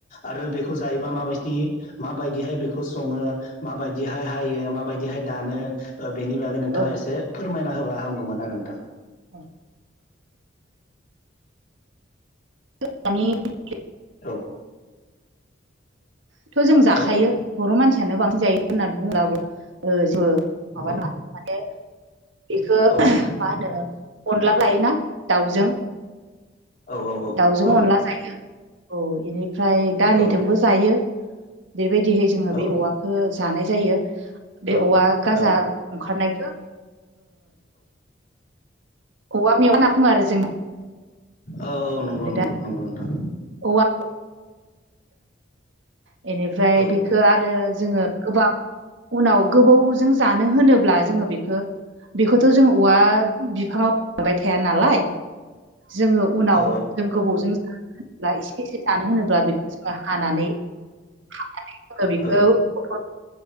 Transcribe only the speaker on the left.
आरो बेख जायोबा माबायदि माबादिहाय बेखौ सङो मा बायदिहाय हायो माबायदिहाय दानो ओ बेनि बागै नोंथाङा
एसे फोरमायना होबा हामगौमोन आरो नोंथां।
औ।
औ
औ
औ नंगौ
औ
औ
औ
औ
औ
औ
औ औ नंगौ
नंगौ
नंगौ नोंथां
औ
औ
औ